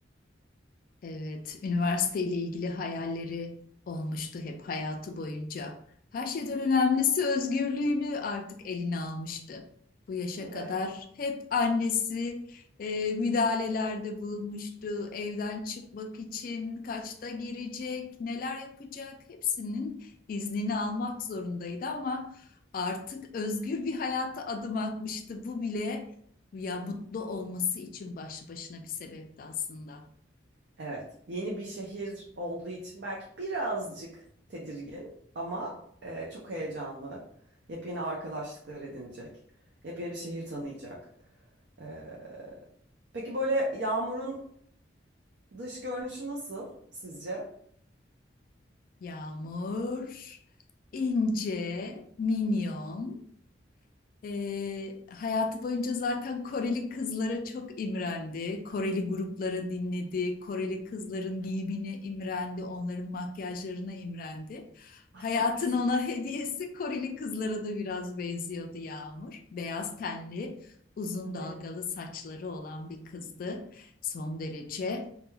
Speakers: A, on the left; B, on the right.
A: Evet, üniversiteyle ilgili hayalleri olmuştu hep hayatı boyunca. Her şeyden önemlisi özgürlüğünü artık eline almıştı. Bu yaşa
B: Evet.
A: kadar hep annesi e, müdahalelerde bulunmuştu. Evden çıkmak için kaçta girecek, neler yapacak hepsinin iznini almak zorundaydı ama artık özgür bir hayata adım atmıştı. Bu bile ya mutlu olması için başlı başına bir sebepti aslında.
B: Evet. Yeni bir şehir olduğu için belki birazcık tedirgin ama e, çok heyecanlı. Yepyeni arkadaşlıklar edinecek. Yepyeni bir şehir tanıyacak. E, peki böyle Yağmur'un dış görünüşü nasıl sizce?
A: Yağmur, ince, minyon. Ee, hayatı boyunca zaten Koreli kızlara çok imrendi. Koreli gruplara dinledi. Koreli kızların giyimine imrendi. Onların makyajlarına imrendi.
B: Ah,
A: Hayatın
B: çok güzel.
A: ona <laughs> hediyesi Koreli kızlara da biraz benziyordu Yağmur. Beyaz tenli, uzun dalgalı
B: Ne-
A: saçları olan bir kızdı. Son derece